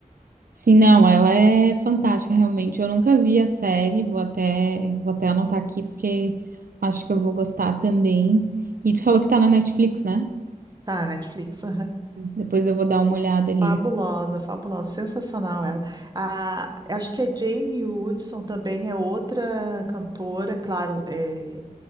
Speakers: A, on the right (about 80°); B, on the right (about 30°).
A: Sim, não, ela é fantástica, realmente. Eu nunca vi a série, vou até, vou até anotar aqui, porque acho que eu vou gostar também. E tu falou que tá na Netflix, né?
B: Tá, Netflix,
A: Depois eu vou dar uma olhada ali.
B: Fabulosa, fabulosa, sensacional ela. A, acho que a Jane Hudson também é outra cantora, claro, é,